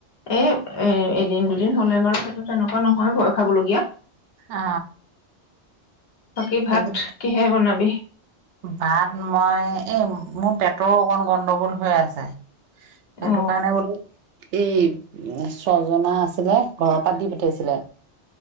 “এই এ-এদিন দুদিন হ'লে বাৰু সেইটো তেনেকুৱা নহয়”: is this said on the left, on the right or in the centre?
Left